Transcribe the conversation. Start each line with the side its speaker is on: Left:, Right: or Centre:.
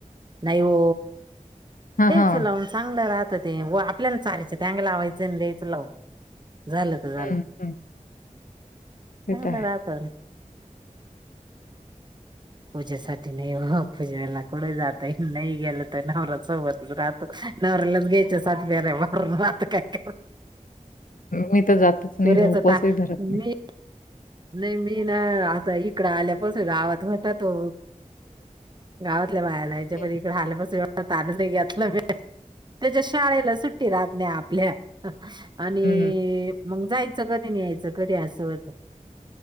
Right: नाही हो
Left: हां,
Right: द्यायचं
Left: हां.
Right: लावून चांगलं राहत ते आपल्या चालायचं चग लावायचं द्यायचं लावून झालं तर झालं
Left: हं, हं. ते
Right: चांगलं
Left: तर आहे.
Right: राहत पूजेसाठी नाही पूजाला कढ जातय नाही गेलं तर नवऱ्या सोबतच राहतो नवऱ्याला गच सात बरे म नात काय
Left: मी तर जातच नाही
Right: पुऱ्याच
Left: ना उपसही
Right: ता
Left: धरत
Right: मी
Left: नाही
Right: नाही मी ना आता इकडं आल्यापासून गावात म्हता तो गावातल्या बायाला याच्या
Left: हं.
Right: प इकडे आल्यापस ताान घलं त्याच्या शाळेला सुट्टी राहत नाही आपल्या आणि
Left: हं,
Right: मग जायचं कधी नहायचं कधी असं